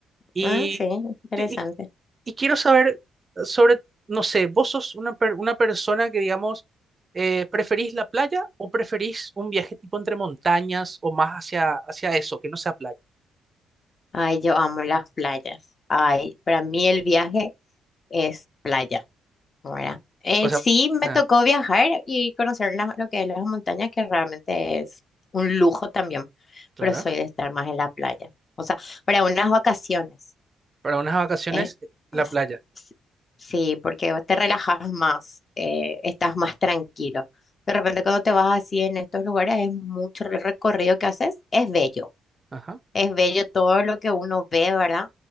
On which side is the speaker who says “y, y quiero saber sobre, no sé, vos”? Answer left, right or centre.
Right